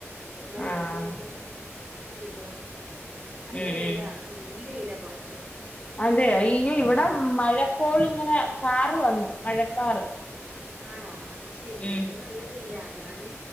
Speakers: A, on the right (about 40°); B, on the left (about 25°).
A: വേം മര്ന്നൊക്കെ
B: ആഹ്
A: കഴിച്ച് ഇരിക്കണം. നല്ല
B: ഉം
A: വെയിലാ
B: ഉം
A: തീ വെയിലാ പൊറ്ത്ത്.
B: അതെ ഈ ഇവിടെ മഴക്കോളിങ്ങനെ കാറ് വന്നു മഴക്കാറ്.
A: ആണോ അത് ശെരി
B: ഉം
A: ഇവിടെ നല്ല വെയിലാ ഞാന്.